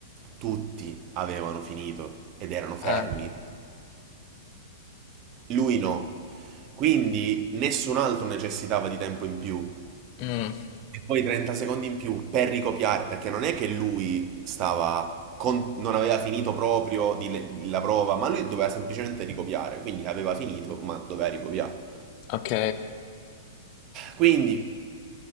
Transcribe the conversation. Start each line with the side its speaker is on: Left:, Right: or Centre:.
Right: tutti avevano finito ed erano fermi.
Left: eh,
Right: Lui no. Quindi nessun altro necessitava di tempo in più.
Left: mm,
Right: E poi 30 secondi in più per ricopiare, perché non è che lui stava con- non aveva finito proprio di le- la prova, ma lui doveva semplicemente ricopiare, quindi aveva finito, ma doveva ricopiare.
Left: ok.
Right: Quindi